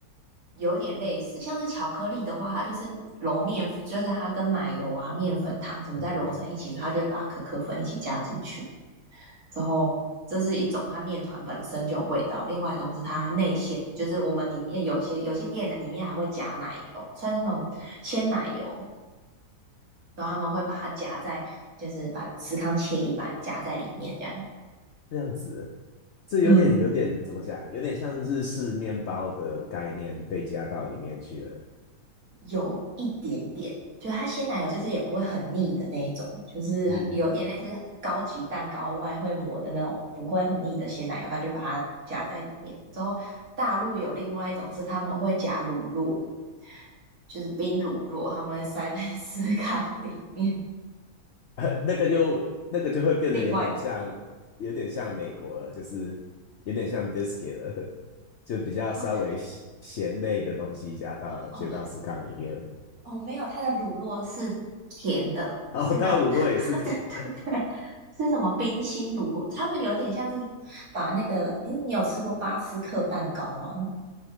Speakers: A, on the right; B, on the left.
A: 有点类似，像是巧克力的话，它就是揉面，就是它跟奶油啊、面粉、糖什么再揉成一起，
B: 嗯，
A: 它就会把可可粉一起加进去。之后，这是一种它面团本身就有味道，另外一种是它内馅，就是我们里面有些有些店里面还会夹奶油，算是那种鲜奶油，然后他们会把它夹在，就是把司康切一半夹在里面这样。
B: 这样子，这有点有点怎么讲？
A: 嗯嗯。
B: 有点像日式面包的概念被加到里面去了，
A: 有一点点，就它鲜奶油就是也不会很腻的那一种，就是有点类似高级蛋糕外会抹的那种，
B: 嗯，
A: 不会很腻的鲜奶油，它就把它夹在里面。之后大陆有另外一种是他们会夹乳酪，就是冰乳酪，他们会塞在 <laughs> 司康里面。
B: <laughs> 那个就那个就会变得有点像，
A: 另外一种
B: 有点像美国了，就是有点像 biscuit 了，<laughs> 就比较稍微咸咸类的东西加到了，
A: 哦，但
B: 加到司康里面，
A: 哦，哦，没有，它的乳酪是甜的，
B: 然后它的卤肉也是甜
A: 是那种，<laughs> 对对对，是什么冰心乳酪？他们有点像是把那个，诶你有吃过巴斯克蛋糕吗？